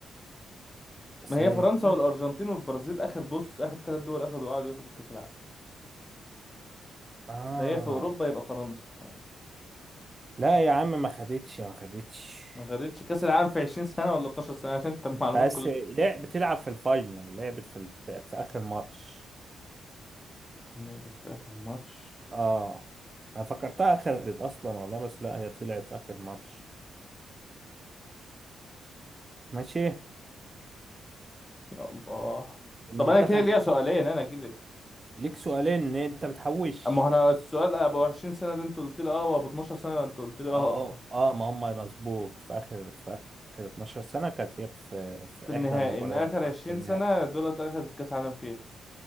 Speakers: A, on the left (about 25°); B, on the right (about 35°).
A: <laughs>
B: ثانية
A: ما هي فرنسا
B: كده
A: والارجنتين والبرازيل اخر بص اخر ثلاث دول اخدوا قعدوا ياخدوا كاس العالم
B: اه
A: فهي في اوروبا يبقى فرنسا يعني
B: لا يا عم ما خدتش ما خدتش
A: ما خدتش كاس العالم في 20 سنه ولا 12 سنه عشان انت المعلومات
B: بس
A: كلها
B: لا بتلعب في الفاينل لعبت في, ال- في اخر ماتش
A: لعبت في اخر ماتش
B: اه انا فكرتها خرجت اصلا والله بس لا هي طلعت في اخر ماتش ماشي
A: يا الله
B: المنتخب
A: طب انا كده ليا
B: ده
A: سؤالين انا كده
B: ليك سؤالين ان انت بتحوش
A: اما هو انا السؤال ابو 20 سنه ده انت قلت لي اه وابو 12 سنه انت قلت لي اه
B: اه اه اه ما هم مظبوط في اخر في اخر 12 سنه كانت هي في في
A: في النهائي
B: احدى المباريات
A: ان اخر 20
B: في النهائي
A: سنة دولت اخدت كاس عالم فيها